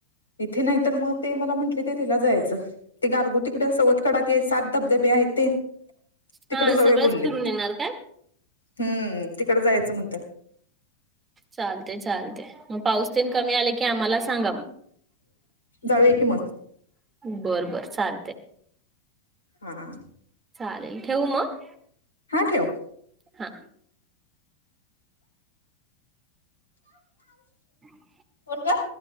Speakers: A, on the left (about 75°); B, on the right (about 20°).
A: इथे नाही तर मग ते मला म्हटले तेथिला जायाचं. ते गारगुटीकडे सवतकडा ते सात धबधबे आहेत ते. तिकडे
B: हा
A: जाऊया
B: सगळंच
A: बोललेत
B: फिरून येणार का?
A: हम्म तिकड जायचं म्हणत्यात.
B: चालतय चालतय, मग पाऊस तेन कमी आला की आम्हाला सांगा मग.
A: जाऊया की मग.
B: बर बर चालतय.
A: हां.
B: चालेल ठेवू म‌ग,
A: ठेव
B: हां. <inaudible>
A: कोण गं?